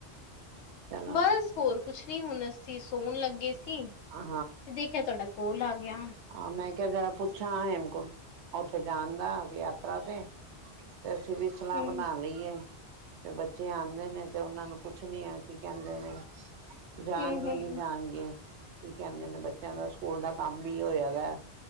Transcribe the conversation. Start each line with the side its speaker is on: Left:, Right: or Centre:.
Right: ਚਲੋ
Left: ਬਸ ਹੋਰ ਕੁਛ ਨੀ ਹੁਣ ਅਸੀ ਸੋਣ ਲਗੇ ਸੀ
Right: ਹਾਂ
Left: ਦੇਖਿਆ ਤੁਹਾਡਾ- ਉਹ ਲਗ ਗਿਆ-
Right: ਹਾਂ ਮੈ ਕਿਹਾ ਜਰਾ ਪੁੱਛਾ ਹੇਮਕੁੰਟ ਸਾਹਿਬ ਉਥੇ ਜਾਣ ਦਾ ਯਾਤਰਾ ਤੇ- ਤੇ ਅਸੀ ਵੀ ਸਲਾਹ
Left: ਹੂੰ,
Right: ਬਣਾ ਲਈਏ- ਵੀ ਬੱਚੇ ਆਉਦੇ ਨੇ ਤੇ ਉਹਨਾ ਨੂੰ ਪੁੱਛਦੀ ਆ ਕੀ ਕਹਿਦੇ ਨੇ- ਜਾਣਗੇ
Left: ਹੂੰ, ਹੂੰ
Right: ਨੀ ਜਾਣਗੇ ਕੀ ਕਹਿਦੇ ਨੇ ਬੱਚਿਆਂ ਦਾ ਸਕੂਲ ਦਾ ਕਮ ਵੀ ਹੋਇਆ ਵ-